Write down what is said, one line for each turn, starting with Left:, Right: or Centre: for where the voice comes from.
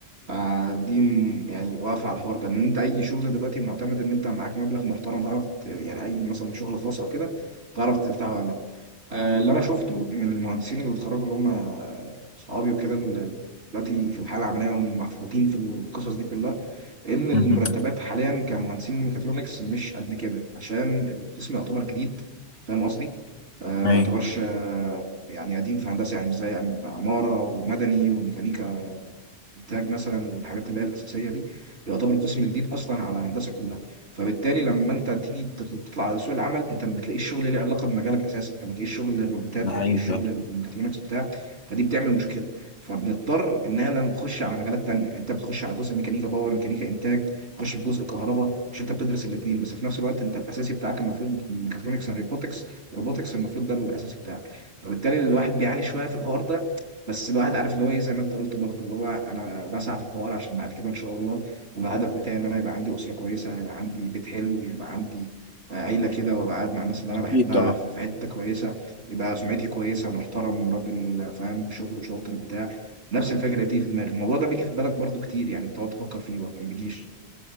Right: آه، دي م- يعني واقفه على الحوار ده ان انت اي شغل دلوقتي معتمد ان انت معاك مبلغ محترم تعرف ت- يعني اي مثلا شغل خاص او كده تعرف تفتحه ولا لا آه، اللي انا شفته من المهندسين اللي اتخرجوا اللي هم صحابي وكده اللي دلوقتي في الحاله العمليه ومفحوطين في القصص دي كلها ان المرتبات
Left: مهم.
Right: حاليا كمهندسين ميكاترونكس مش قد كده عشان القسم يعتبر جديد فاهم قصدي؟ آه، ما
Left: ايوه
Right: يعتبرش آه، يعني قديم في هندسه يعني مش زي عم- عماره ومدني وميكانيكا انتاج مثلا والحاجات اللي هي الاساسيه دي يعتبر قسم جديد اصلا على هندسه كلها فبالتالي لما انت تيجي تت- تطلع على سوق العمل انت ما بتلاقيش شغل ليه علاقه بمجالك اساسا ما بتلاقيش شغل للروبوتات
Left: ده حقيقي
Right: ما بتلاقيش
Left: فعلا
Right: شغل للميكاترونكس بتاع فدي بتعمل مشكله فبنضطر ان احنا نخش على مجالات تانية يعني انت بتخش على جزء ميكانيكا باور ميكانيكا انتاج تخش في جزء كهرباء مش انت بتدرس الاثنين بس في نفس الوقت انت الاساسي بتاعك المفروض ميكاترونكس اند روبوتكس روبوتكس المفروض ده الاساسي بتاعك فبالتالي الواحد بيعاني شويه في الحوار ده بس الواحد عارف اللي هو ايه زي ما انت قلت برضه اللي هو انا بسعى في الحوار عشان بعد كده ان شاء الله الهدف بتاعي ان انا يبقى عندي اسره كويسه يبقى عندي بيت حلو ويبقى عندي آه، عيله كده وابقى قاعد مع الناس اللي انا
Left: أكيد
Right: بحبها
Left: طبعا
Right: في حته كويسه يبقى سمعتي كويسه محترم راجل فاهم شغل شاطر بتاع نفس الفكره دي في دماغي الموضوع ده بيجي في بالك برضو كتير يعني بتقعد تفكر فيه ولا ما بيجيش